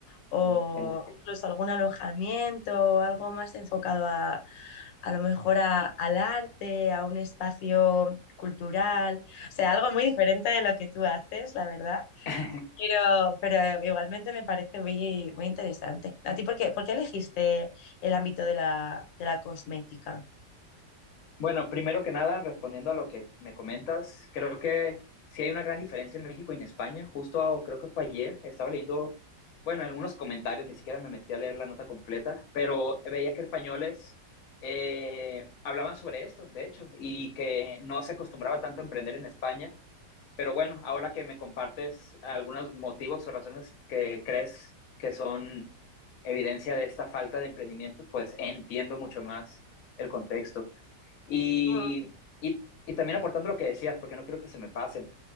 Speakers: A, on the left (about 85°); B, on the left (about 60°).
A: o
B: oh, genial.
A: incluso algún alojamiento, algo más enfocado a, a lo mejor a- al arte, a un espacio cultural, o sea, algo muy diferente de lo que tú haces, la verdad.
B: <laughs>
A: Pero, pero eh, igualmente me parece muy, muy interesante. ¿A ti por qué, por qué elegiste el ámbito de la, de la cosmética?
B: Bueno, primero que nada, respondiendo a lo que me comentas, creo que sí hay una gran diferencia en México y en España. Justo a- creo que fue ayer, estaba leyendo, bueno, algunos comentarios, ni siquiera me metí a leer la nota completa, pero veía que españoles eh, hablaban sobre esto, de hecho, y que no se acostumbraba tanto a emprender en España Pero bueno, ahora que me compartes algunos motivos o razones que crees que son evidencia de esta falta de emprendimiento pues entiendo mucho más el contexto. Y,
A: Ujú,
B: y, y también aportando lo que decías, porque no quiero que se me pase,